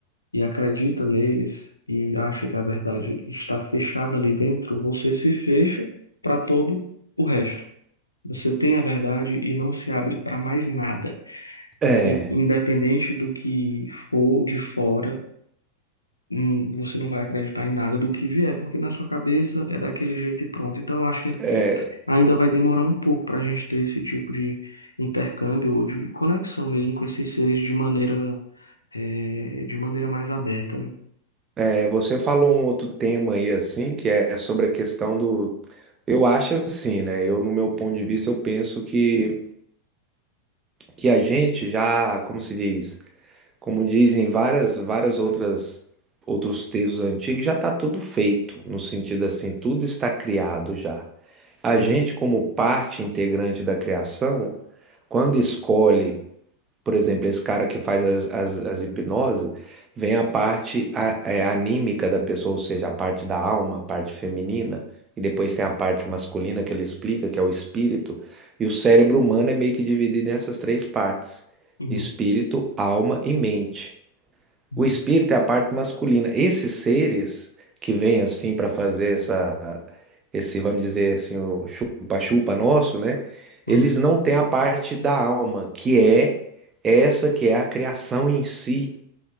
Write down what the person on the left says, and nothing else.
e acredita neles e acha que a verdade está fechada ali dentro, você se fecha para todo o resto. Você tem a verdade e não se abre para mais nada.
In- Independente do que for de fora, hum, você não vai acreditar em nada do que vier, porque na sua cabeça é daquele jeito e pronto. Então, eu acho que
ainda vai demorar um pouco para a gente ter esse tipo de intercâmbio ou de conexão mesmo com esses seres de maneira, eh, de maneira mais aberta, né?
Uhum.
Uhum.
Uhum.
Uhum.